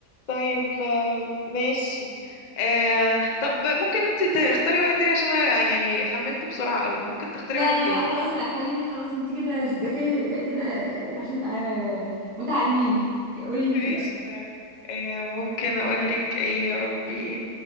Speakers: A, on the left; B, on the right.
A: طيب آه، ماشي آه طب ممكن انتي تختاري واحد تاني عشان انا يعني خمنته بسرعة قوي ممكن تختاري
B: لا
A: واحد تاني
B: لا لا خلاص لا خليني خلاص انت كده ذكية كده عشان نبقى متعادلين قولي انت
A: ماشي
B: بقى
A: طيب آه ممكن اقولك ايه يا ربي